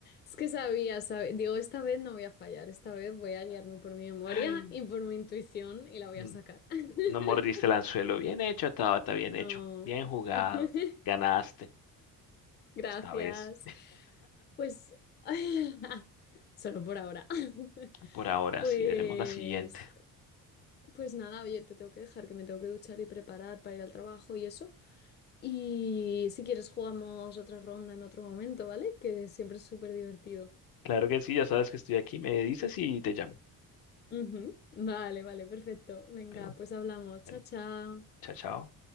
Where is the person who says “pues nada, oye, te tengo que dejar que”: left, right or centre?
Left